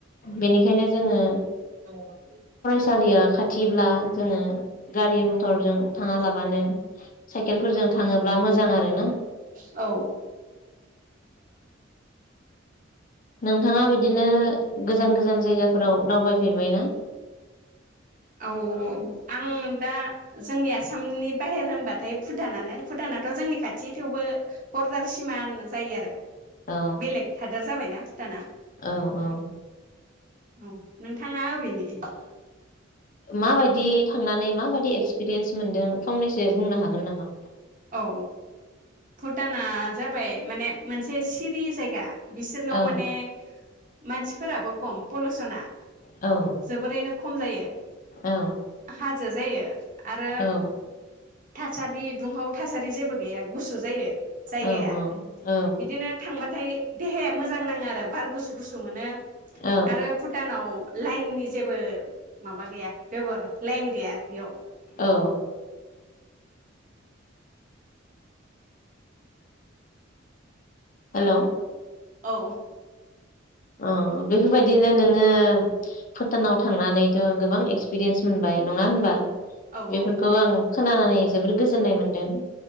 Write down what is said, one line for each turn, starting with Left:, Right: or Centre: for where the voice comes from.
Left: बेनिखायनो जोङो
Right: <unintelligible>
Left: सालिया खाथिब्ला जोङो गारि मथरजों थाङा लाबानो साइकेलफोरजों थाङोब्ला मोजां आरो ना
Right: औ <unintelligible> <unintelligible>
Left: नोंथाङा बिदिनो गोजान-गोजान जायगाफोराव दावबाय फेरबायना।
Right: औ आं दा जोंनि आसामनि बाहेर होनबाथाय भुटानानो भुटानाथ जोंनि खाथि थेवबो बरदार सिमा होना जायो आरो।
Left: औ
Right: बेलेग हादोर जाबायना भुटाना
Left: औ औ
Right: औ नोंथाङा अबेनि।
Left: मा बायदि थांनानै मा बायदि एक्सपिरियेन्स मोनदों फंनैसो बुंनो हागोन नामा।
Right: औ भुटाना जाबाय माने मोनसे सिरि जायगा बिसोरनाव
Left: औ
Right: माने मानसिफोराबो खम पलसना
Left: औ
Right: जोबोरैनो खम जायो।
Left: औ
Right: हाजो जायो आरो
Left: औ
Right: थासारि दुंहाव थासारि जेबो गैया गुसु जायो जायगाया
Left: औ औ
Right: बिदिनो थांबाथाय। देहाया मोजां नाङो आरो बार गुसु गुसु मोनो।
Left: औ
Right: आरो भुटानाव लाइननि जेबो माबा गैया बेबहार लाइन गैया बेयाव
Left: औ हेलौ
Right: औ
Left: अ बेफोर बायदिनो नोङो भुटानाव थांनानैथ गोबां एक्सपिरियेन्स मोनबाय नङा होनबा?
Right: औ
Left: बेफोरखौ
Right: औ
Left: आं खोनानानै जोबोर गोजोननाय मोन्दों।